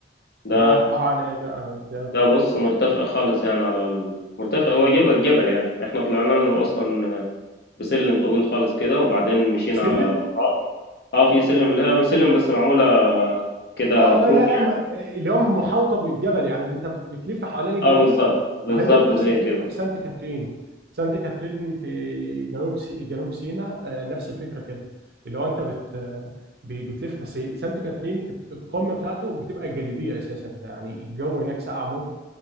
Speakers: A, on the left; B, on the right.
A: ده
B: عباره عن ايه بقى ده
A: ده بص مرتفع خالص يعني على ال- مرتفع هو جبل جبل يعني احنا طلعنا له اصلا بسلم طويل خالص كده وبعدين مشينا
B: سلم
A: على تراب اه في سلم اللي هو سلم بس معمولة كده
B: اه
A: كروك
B: آه، لا لا
A: يعني
B: ما- اللي هو محاوطه بالجبل يعني اللي انت بت- بتلف حوالين الجبل
A: اه بالظبط
B: كده
A: بالظبط
B: ما هي ده نفس
A: زي
B: الفكره
A: كده
B: في سانت كاترين سانت كاترين في جنوب سي... جنوب سيناء آه، نفس الفكره كده اللي هو انت بت... آه، ب- بتلف بس سانت كاترين القمه بتاعته بتبقى جليديه اساسا يعني الجو هناك ساقع موت